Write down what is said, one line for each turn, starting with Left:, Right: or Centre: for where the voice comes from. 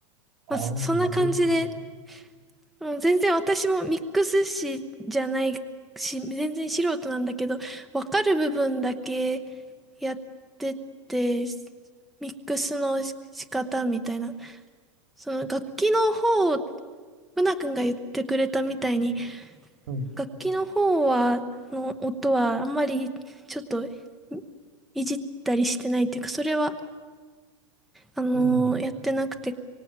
Right: ああ、
Centre: まあ、そそんな感じで、
Right: なるほど。
Centre: もう全然私もミックス師じゃないし、全然素人なんだけど、わかる部分だけ、やってて、ミックスの仕方みたいな。その楽器の方、ブナ君が言ってくれたみたいに、
Right: うん。
Centre: 楽器の方は、の音はあんまりちょっといいじったりしてないっていうか、それは、あのーやってなくて、
Right: うん。